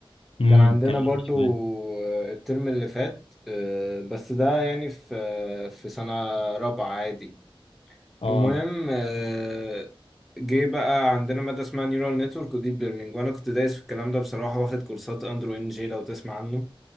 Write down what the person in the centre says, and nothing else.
كان عندنا
برضو
آه، الترم اللي فات آه، بس ده يعني في آه، في سنه رابعه عادي
المهم آه، جه بقى عندنا مادة اسمها نيورال نتورك وديب ليرنينج وانا كنت دايس في الكلام ده بصراحة واخد كورسات اندرو ان جي لو تسمع عنه